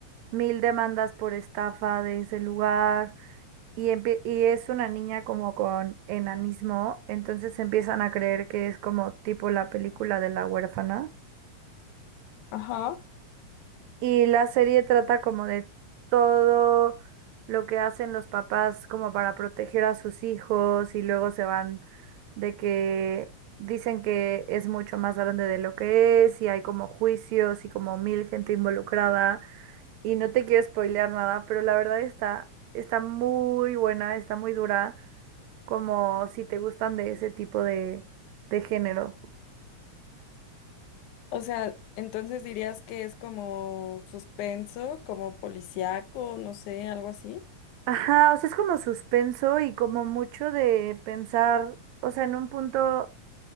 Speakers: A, on the right; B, on the left.
A: mil demandas por estafa de ese lugar y, empie- y es una niña como con enanismo, entonces empiezan a creer que es como tipo la película de la huérfana.
B: Ajá.
A: Y la serie trata como de todo lo que hacen los papás como para proteger a sus hijos y luego se van de que dicen que es mucho más grande de lo que es y hay como juicios y como mil gente involucrada. Y no te quiero spoilear nada, pero la verdad está, está muy buena, está muy dura, como si te gustan de ese tipo de, de género.
B: O sea, entonces dirías que es como suspenso, como policíaco, no sé, algo así.
A: Ajá, o sea, es como suspenso y como mucho de pensar, o sea, en un punto